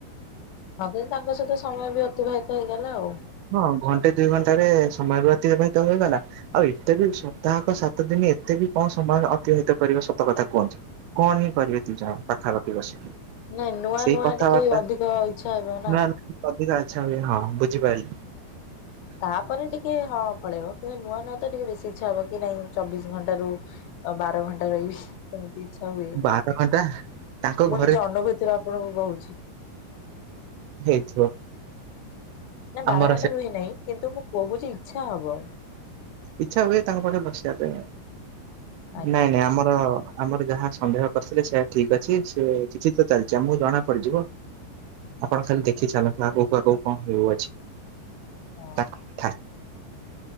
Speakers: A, on the left; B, on the right.
A: ହଁ କି ତାଙ୍କ ସହିତ ସମୟ ବି ଅତିବାହିତ ହେଇଗଲା ଆଉ
B: ହଁ ଘଣ୍ଟେ ଦୁଇ ଘଣ୍ଟାରେ ସମୟ ବି ଅତିବାହିତ ହେଇଗଲା। ଆଉ ଏତେ ବି ସପ୍ତାହକ ସାତ ଦିନ ଏତେ ବି କଣ ସମାୟ ଅତିବାହିତ କରିବା ସତ କଥା କୁହନ୍ତୁ? କଣ ହିଁ କରିବେ ଦୁଇଜଣ ପାଖାପାଖି ବସିକି
A: ନାଇଁ ନୂଆ
B: ସେଇ
A: ନୂଆ
B: କଥାବାର୍ତ୍ତା
A: ଟିକେ ଅଧିକ ଇଛା ହେବ ନା।
B: ନୂଆ ନୂଆ ଅଧିକା ଆଚ୍ଛା ହୁଏ ହଁ ବୁଝିପାରିଲି।
A: ତାପରେ ଟିକେ ହଁ ପଳେଇବ କିନ୍ତୁ ନୂଆ ନୂଆ ତ ଟିକେ ବେଶୀ ଇଚ୍ଛା ହବ କି ନାଇଁ ଚବିଶ ଘଣ୍ଟା ରୁ ଅ ବାର ଘଣ୍ଟା ରହିବି ସେମିତି ଇଛା ହୁଏ
B: ବାର ଘଣ୍ଟା ତାଙ୍କ
A: ମୁଁ
B: ଘରେ
A: ନିଜ ଅନୁଭୁ ତି ର ଆପଣଙ୍କୁ କହୁଛି।
B: ହେଇଥିବ।
A: ନାଇ ବାର
B: ଆମର
A: ଘଣ୍ଟା
B: ସେ
A: ରୁହେ ନାହିଁ କିନ୍ତୁ ମୁଁ କହୁଛି ଇଚ୍ଛା ହବ।
B: ଇଛା ହୁଏ ତାଙ୍କ ପାଖେ ବସିବା ପାଇଁ
A: ଆଜ୍ଞା
B: ନାଇଁ ନାଇଁ ଆମର ଆମର ଯାହା ସନ୍ଦେହ କରିଥିଲେ ସେଇ ଠିକ ଅଛି ସେ କିଛି ତ ଚାଲିଛି ଆମକୁ ଜଣା ପଡିଯିବ। ଆପଣ ଖାଲି ଦେଖି ଚାଲନ୍ତୁ ଆଗକୁ ଆଗକୁ କଣ ହେଉଅଛି
A: ହଁ
B: ତା କଥା